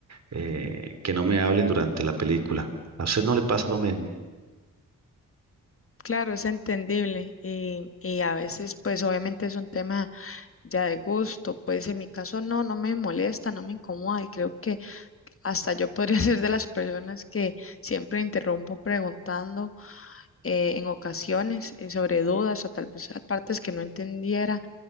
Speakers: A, on the right (about 50°); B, on the left (about 40°).
A: eh, que no me hablen durante la película. ¿A usted no le pasa lo mismo?
B: Claro, es entendible y, y a veces pues obviamente es un tema ya de gusto, pues en mi caso no, no me molesta, no me incomoda y creo que Hasta yo podría <laughs> ser de las personas que siempre interrumpo preguntando eh, en ocasiones eh, sobre dudas o tal vez a partes que no entendiera.